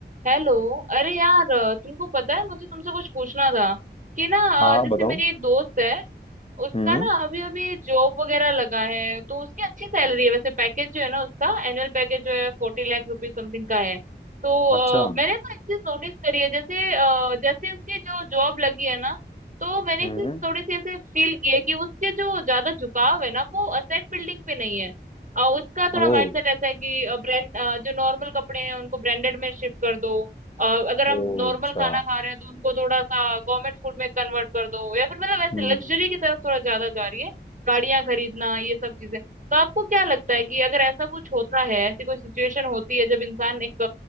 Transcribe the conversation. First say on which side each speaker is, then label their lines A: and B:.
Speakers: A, on the right; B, on the left.
A: Hello अरे यार अ, तुमको पता है मुझे तुमसे कुछ पूछना था कि ना
B: हाँ हाँ
A: अ, जैसे
B: बताओ
A: मेरी एक दोस्त है उसका
B: हम्म
A: ना अभी अभी जॉब वगैरह लगा है तो उसकी अच्छी सैलरी है वैसे पैकेज जो है ना उसका एनुअल पैकेज जो है फोर्टी लाख रुपीज समथिंग का है तो
B: अच्छा
A: अ, मैंने तो एक चीज नोटिस करी है जैसे अ, जैसे उसकी जो जॉब लगी है ना तो मैंने
B: हम्म
A: एक चीज थोड़ी सी ऐसे फील की है कि उसके जो ज्यादा झुकाव है ना वो असेट बिल्डिंग पे नहीं है अ, उसका थोड़ा
B: ओ
A: माइंडसेट ऐसा है कि ब्रांड जो नॉर्मल कपड़े हैं उनको ब्रांडेड में शिफ्ट कर दो अ, अगर हम
B: ओ
A: नॉर्मल
B: अच्छा
A: खाना खा रहे हैं तो उनको थोड़ा सा गवर्नमेंट फूड में कन्वर्ट कर दो या फिर मतलब ऐसे
B: हम्म
A: लग्जरी की तरफ थोड़ा ज्यादा जा रही है गाड़ियां खरीदना ये सब चीजें तो आपको क्या लगता है कि अगर ऐसा कुछ होता है ऐसी कोई सिचुएशन होती है जब इंसान एक